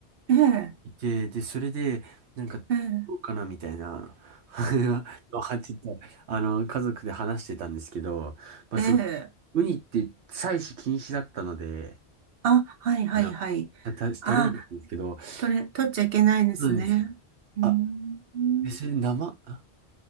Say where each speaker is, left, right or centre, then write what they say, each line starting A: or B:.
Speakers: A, on the right (about 65°); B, on the right (about 85°).
A: ええ、
B: いて、で、それで、なんか、
A: ええ、
B: どうかなみたいな、<laughs> はちょっと、あの、家族で話してたんですけど、まあ、
A: ええ、
B: その、
A: ええ
B: ウニって採取禁止だったので、
A: あ、はいはいはい。
B: あの、た、た取れなかったんですけど、
A: あ、
B: そ
A: 取れ、取っちゃいけないんですね。
B: うなんですよ
A: うーん。
B: あ、別に生、あ、